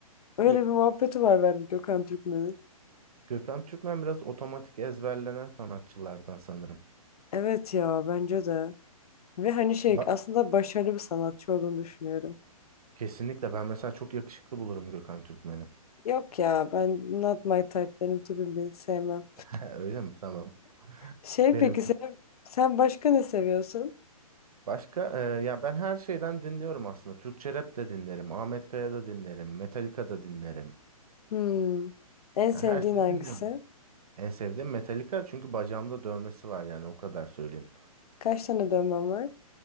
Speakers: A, on the left; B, on the right.
A: Öyle
B: Gö-
A: bir muhabbeti var bende Gökhan Türkmen'in.
B: Gökhan Türkmen biraz otomatik ezberlenen sanatçılardan sanırım.
A: Evet ya bence de. Ve hani şey
B: Ba-
A: aslında başarılı bir sanatçı olduğunu düşünüyorum.
B: Kesinlikle ben mesela çok yakışıklı bulurum Gökhan Türkmen'i.
A: Yok ya ben not my type benim tipim değil sevmem.
B: <laughs> Öyle mi? Tamam.
A: Şey
B: Benim
A: peki sen, sen başka ne seviyorsun?
B: Başka e, ya ben her şeyden dinliyorum aslında. Türkçe rap de dinlerim, Ahmet Kaya da dinlerim, Metallica da dinlerim.
A: Hmm. En sevdiğin
B: Ya her şeyi
A: hangisi?
B: dinliyorum. En sevdiğim Metallica çünkü bacağımda dövmesi var yani o kadar söyleyeyim.
A: Kaç tane dövmen var?